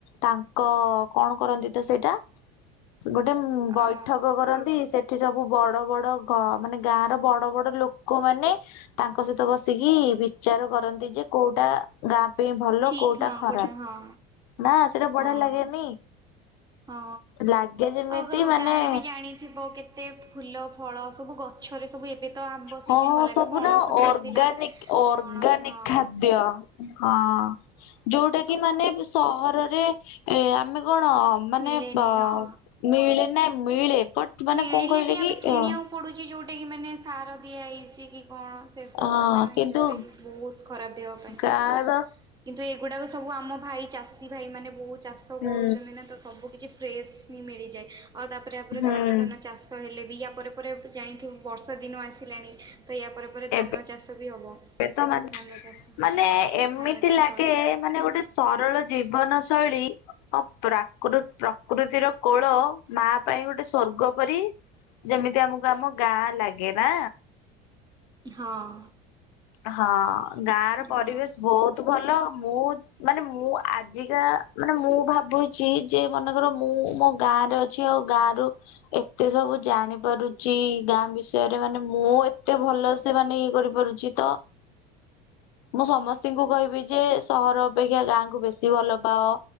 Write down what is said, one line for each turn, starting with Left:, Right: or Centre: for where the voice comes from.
Left: ତାଙ୍କ କଣ କରନ୍ତି ତ ସେଇଟା ଗୋଟେ ଉଁ, ବୈଠକ
Right: ଅ
Left: କରନ୍ତି। ସେ ସେଠି ସବୁ ବଡ ବଡ ଘ- ମାନେ ଗାଁର ବଡ ବଡ ଲୋକମାନେ ତାଙ୍କ ସହିତ ବସିକି ବିଚାର କରନ୍ତି ଯେ କୋଉଟା ଗାଁ ପାଇଁ ଭଲ
Right: ଠିକ୍
Left: କୋଉଟା
Right: ହଁ
Left: ଖରାପ।
Right: ହଁ
Left: ନା ସେଇଟା
Right: ହଁ।
Left: ବଢିଆ ଲାଗେନି?
Right: ହଁ,
Left: ଲାଗେ ଯେମିତି
Right: ଆଉ କାହାକୁ
Left: ମାନେ
Right: ଗାଁରେ ବି ଜାଣି ଥିବ କେତେ ଫୁଲ, ଫଳ ସବୁ ଗଛରେ ସବୁ ଏବେ ତ ଆମ୍ବ ସିଜନ
Left: ହଁ, ହଁ
Right: ଗଲା ଏବେ
Left: ସବୁ
Right: ପଣସ
Left: ନା
Right: ବି
Left: ଅର୍ଗାନିକ
Right: ହଉଥିଲା।
Left: ଅର୍ଗାନିକ
Right: ପଣସ ହଁ
Left: ଖାଦ୍ୟ। ହଁ ଯୋଉଟା କି ମାନେ ବି ସହରରେ ଏ ଆମେ କଣ ମାନେ
Right: ମିଳେନି
Left: ବ-ଅ,
Right: ହଁ।
Left: ମିଳେ ନା ମିଳେ, ବଟ୍ ମାନେ
Right: ମିଳିଲେ
Left: କଣ କହିଲେ
Right: ବି ଆମେ
Left: କି
Right: କିଣିବାକୁ
Left: ଅ,
Right: ପଡୁଛି ଯୋଉଟା କି ମାନେ ସାର ଦିଆ ହେଇଛି କି କଣ। ସେସବୁ
Left: ହଁ
Right: ମାନେ
Left: କିନ୍ତୁ
Right: ଯେଉଁଟାକି ବହୁତ ଖରାପ ଦେହ ପାଇଁ।
Left: ଗାଁ ର
Right: କିନ୍ତୁ ଏଗୁଡ଼ାକ ସବୁ ଆମ ଭାଈ ଚାଷୀ ଭାଈ ମାନେ ବହୁ ଚାଷ
Left: ହୁଁ
Right: କରୁଛନ୍ତି ନା ତ ସବୁ କିଛି ଫ୍ରେସ୍ ହିଁ ମିଳିଯାଏ ଆଉ ତାପରେପରେ
Left: ହୁଁ
Right: ଧାନ ଫାନ ଚାଷ ହେଲେ ବି ୟା ପରେ ପରେ ଜାଣିଥିବୁ ବର୍ଷା ଦିନ ଆସିଲାଣି ତ ୟା ପରେ ପରେ ଧାନ
Left: ଏବେ
Right: ଚାଷ ବି ହେବ।
Left: ଏବେ ତ ମାନେ
Right: ଧାନ ଚାଷ
Left: ମାନେ
Right: ହଁ
Left: ଏମିତି
Right: ଧାନ ଚାଷ
Left: ଲାଗେ ମାନେ ଗୋଟେ ସରଳ ଜୀବନ ଶୈଳୀ। ଅ ପ୍ରାକୃ ପ୍ରକୃତିର କୋଳ ମା ପାଇଁ ଗୋଟେ ସ୍ଵର୍ଗ ପରି। ଯେମିତି ଆମକୁ ଆମ ଗାଁ ଲାଗେ ନା।
Right: ହଁ।
Left: ହଁ ଗାଁର ପରିବେଶ
Right: ହଁ
Left: ବହୁତ ଭଲ ମୁଁ ମାନେ ମୁଁ ଆଜିକା ମାନେ ମୁଁ ଭାବୁଚି ଯେ ମନେକର ମୁଁ ମୋ ଗାଁରେ ଅ ଅଛି ଆଉ ଗାଁରୁ ଏତେ ସବୁ ଜାଣି ପାରୁଛି ଗାଁ ବିଷୟରେ ମାନେ ମୁଁ ଏତେ ଭଲ ସେମାନେ ଇଏ କରିପାରୁଛି ତ ମୁଁ ସମସ୍ତିଙ୍କୁ କହିବି ଯେ ସହର ଅପେକ୍ଷା ଗାଁକୁ ବେଶୀ ଭଲ ପାଅ।